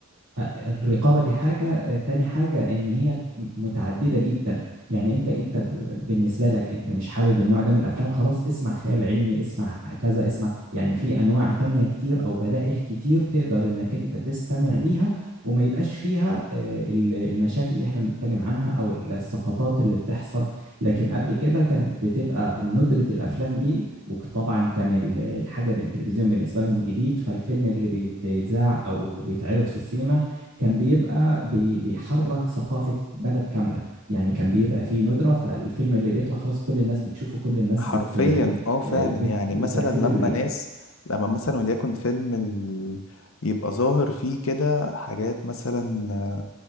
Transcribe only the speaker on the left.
حرفيا
اه فعلا
يعني
مثلا لما
ناس لما مثلا وليكن فيلم ال... يبقى ظاهر فيه كده حاجات مثلا